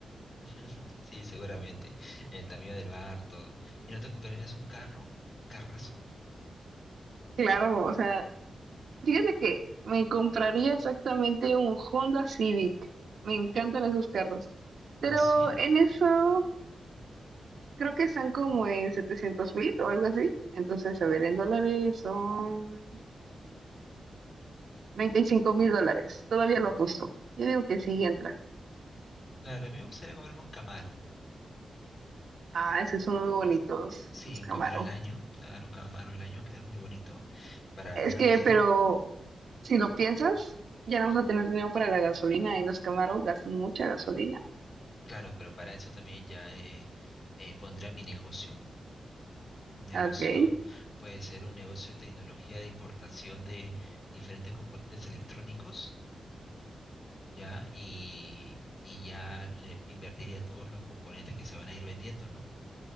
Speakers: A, on the left; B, on the right.
A: <laughs> Sí, seguramente. El tamaño del bar, todo. ¿Y no te comprarías un carro? ¿Un carrazo?
B: Claro, o sea, fíjate que me compraría exactamente un Honda Civic. Me encantan esos carros. Pero
A: Ah, sí.
B: en eso creo que están como en setecientos mil o algo así. Entonces, a ver, en dólares son treinta y cinco mil dólares. Todavía lo justo. Yo digo que sí entra.
A: Claro, a mí me gustaría comprarme un Camaro.
B: Ah, es que son muy bonitos
A: Sí,
B: los Camaro.
A: un Camaro del año. Claro, un Camaro del año queda muy bonito para
B: Es
A: una
B: que,
A: vida.
B: pero Si lo piensas, ya no vamos a tener dinero para la gasolina y los Camaro gastan mucha gasolina.
A: Claro, pero para eso también ya eh, eh, pondría mi negocio Un negocio
B: Ok.
A: puede ser un negocio de tecnología de importación de diferentes componentes electrónicos, ¿ya? Y, y ya le invertiría todos los componentes que se van a ir vendiendo, ¿no?